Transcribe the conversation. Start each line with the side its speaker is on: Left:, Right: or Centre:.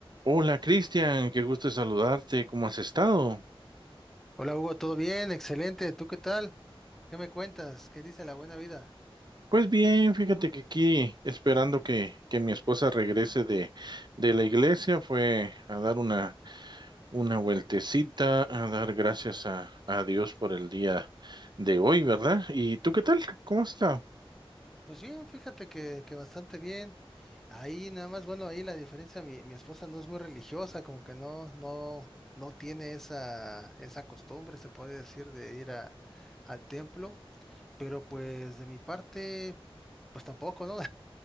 Right: Hola Cristian, qué gusto saludarte, ¿cómo has estado?
Centre: Hola Hugo, ¿todo bien? Excelente. ¿Tú qué tal? ¿Qué me cuentas? ¿Qué dice la buena vida?
Right: Pues bien, fíjate que aquí esperando que, que mi esposa regrese de, de la iglesia, fue a dar una, una vueltecita, a dar gracias a, a Dios por el día de hoy, ¿verdad? ¿Y tú qué tal? ¿Cómo has estado?
Centre: Pues bien, fíjate que, que bastante bien. Ahí nada más, bueno, ahí la diferencia, mi, mi esposa no es muy religiosa, como que no, no, no tiene esa, esa costumbre, se puede decir, de ir a, al templo. Pero pues de mi parte, pues tampoco, ¿no?